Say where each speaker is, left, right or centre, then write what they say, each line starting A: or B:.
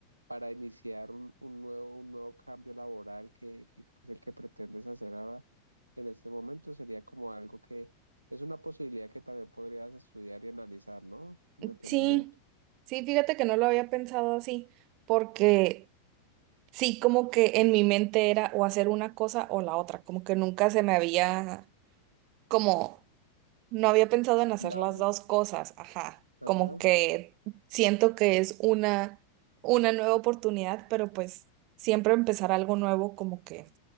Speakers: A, on the right (about 80°); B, on the right (about 40°).
A: para iniciar un, un nuevo, un nuevo cambio laboral que, que que es el que pretendes hacer ahora en este momento, sería como algo que es una posibilidad que también podrías estudiar y analizar, ¿no? Con Detenimiento.
B: sí, sí, fíjate que no lo había pensado así, porque sí, como que en mi mente era o hacer una cosa o la otra, como que nunca se me había como No había pensado en hacer
A: Dado.
B: las dos cosas, ajá.
A: Ajá.
B: Como que siento que es una, una nueva oportunidad, pero pues siempre empezar algo nuevo como que